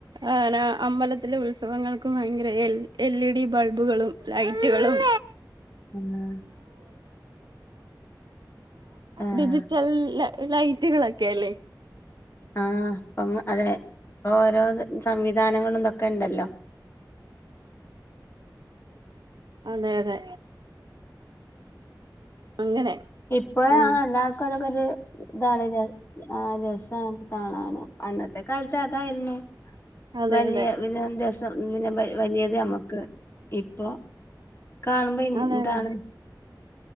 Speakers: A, on the right (about 75°); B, on the left (about 35°).
A: ആ ലാ അമ്പലത്തിലെ ഉത്സവങ്ങൾക്ക് ഭയങ്കര എൽ ഇ ഡി ബൾബുകളും ലൈറ്റുകളും
B: <inaudible> ആഹ്.
A: ഡിജിറ്റൽല ലൈറ്റുകളൊക്കെയല്ലേ?
B: ആഹ് പ്പൊങ്ങ് അതെ ഇപ്പൊ ഓരോ സംവിധാനങ്ങളും ഇതൊക്കെണ്ടല്ലോ
A: അതെ അതെ അങ്ങനെ
B: ഇപ്പഴാണ്
A: ആ
B: <unintelligible> പ്പല് ഇതാണ് ര ആ രസാണ് കാണാന് അന്നത്തെ കാലത്ത് അതായിരുന്നു.
A: അതെ
B: വലിയ
A: അതെ
B: <unintelligible> പിന്നെ ബ വലിയത് മ്മക്ക് ഇപ്പൊ കാണുമ്പോ
A: അതെ
B: ഇതാണ്.
A: അതെ